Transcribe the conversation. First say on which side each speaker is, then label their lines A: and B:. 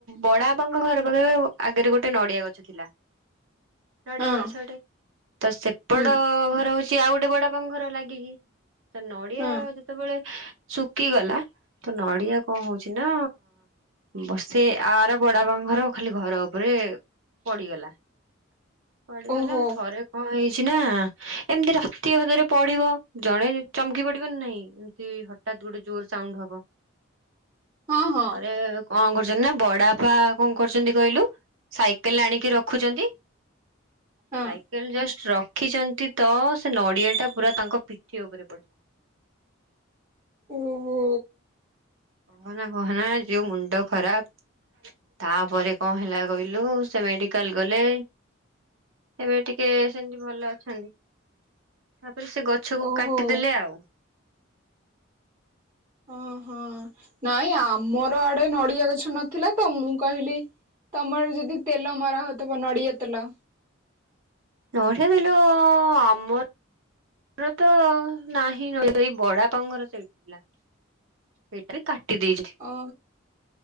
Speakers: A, on the right; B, on the right.
A: ବଡ ବାପାଙ୍କ ଘର ଆଗେରେ ଗୋଟେ ନଡିଆ ଗଛ ଥିଲା। ନଡିଆ
B: ହଁ
A: ଗଛଟେ, ତ ସେପଟ
B: ହୁଁ
A: ଘର ହଉଛି ଆଉ ଗୋଟେ ବଡାପାଙ୍କ ଘର ଲାଗିକି। ତ ନଡ଼ିଆ
B: ହଁ
A: ଯେ ତବେଳେ ଶୁକିଗଲା ତ ନଡିଆ କଣ ହଉଛି ନା ବର୍ଷେ ଆର ବଡାପାଙ୍କ ଘର ଖାଲି ଘର ଉପରେ ପଡିଗଲା-ପଡିଗଲା
B: ଓହୋ
A: ଥରେ କଣ ହେଇଛି ନା ଏମ୍ତି ରାତି ଅଧରେ ପଡିବ, ଜଣେ ଚମକି ପଡିବ ନା ନାଇଁ? ଯେମ୍ତି ହଠାତ୍ ଗୋଟେ ଜୋରେ ସାଉଣ୍ଡ ହବ।
B: ହଁ ହଁ
A: ଥରେ କଣ କରୁଛନ୍ତି ନା ବଡାପା କଣ କରୁଚନ୍ତି କହିଲୁ ସାଇକେଲ ଆଣିକି ରଖୁଚନ୍ତି,
B: ହଁ
A: ସାଇ କେଲ୍ ଜଷ୍ଟ ରଖିଛନ୍ତି ତ ସେ ନଡିଆଟା ପୁରା ତାଙ୍କ ପିଠି ଉପରେ ପଡିିଲା।
B: ଓହୋ।
A: କହନା-କହନା ଯୋଉ ମୁଣ୍ଡ ଖରାପ୍। ତାପରେ କଣ ହେଲା କହିଲୁ ସେ ମେଡିକାଲ୍ ଗଲେ। ଏବେ ଟିକେ ସେନ୍ତି ଭଲ ଅଛନ୍ତି, ତାପରେ ସେ ଗ ଛକୁ
B: ଓହୋ
A: କାଟିଦେଲେ ଆଉ।
B: ଓହୋ ନାଇଁ ଆମର ଆଡେ ନଡିଆ ଗଛ ନଥିଲା ତ, ମୁଁ କହିଲି ତମର ଯଦି ତେଲ ମରା ହଉଥିବ ନଡିଆ ତେଲ।
A: ନଡିଆ ତେଲ ଆମର ର ତ ନାହିଁ <unintelligible> ଏଇ ବଡାପାଙ୍କର ସେଇଟି ଥିଲା। ସେଇଟା ବି କାଟି <unintelligible>
B: ଓ